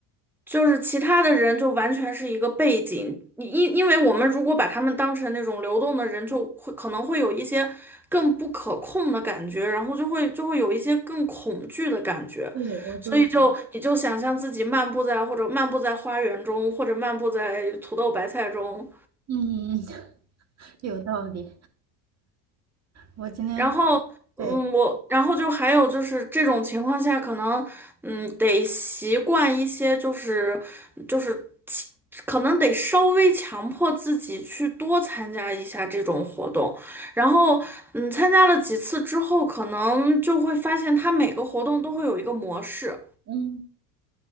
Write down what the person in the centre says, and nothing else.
就是其他的人就完全是一个背景，你因因为我们如果把他们当成那种流动的人，就会可能会有一些更不可控的感觉，然后就会就会有一些更恐惧的感觉，
所以就你就想象自己漫步在或者漫步在花园中，或者漫步在土豆白菜中，
然后，嗯，
我，然后就还有就是这种情况下，可能，嗯，得习惯一些，就是就是其可能得稍微强迫自己去多参加一下这种活动。然后，嗯，参加了几次之后，可能就会发现他每个活动都会有一个模式。